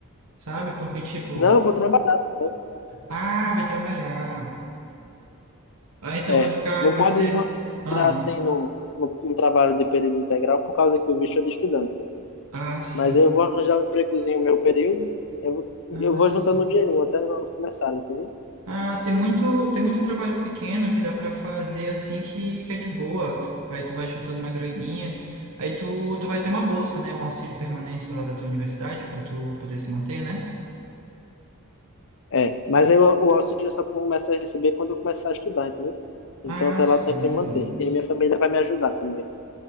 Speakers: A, on the right; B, on the left.
A: sabe? Porque, tipo,
B: Não, eu vou trabalhar também.
A: ah, vai trabalhar. Ah, então
B: É,
A: vai ficar,
B: não
A: vai
B: pode
A: ser...
B: me botar
A: Ah,
B: assim no, no, no trabalho de período integral por causa que o bicho é de estudante, né?
A: ah, sim.
B: Mas eu vou arranjar um empregozinho no meu período. Eu vou, eu
A: Ah,
B: vou
A: sim.
B: juntando um dinheirinho até nós começar, entendeu?
A: Ah, tem muito, tem muito trabalho pequeno que dá pra fazer, assim, que, que é de boa. Tu, aí tu vai juntando uma graninha. Aí tu, tu vai ter uma bolsa, né? Um auxílio permanência lá da tua universidade pra tu poder se manter, né?
B: É, mas aí o, o auxílio eu só começa a receber quando eu começar a estudar, entendeu? Então
A: Ah,
B: até lá
A: sim.
B: eu tenho que me manter. E aí minha família vai me ajudar também.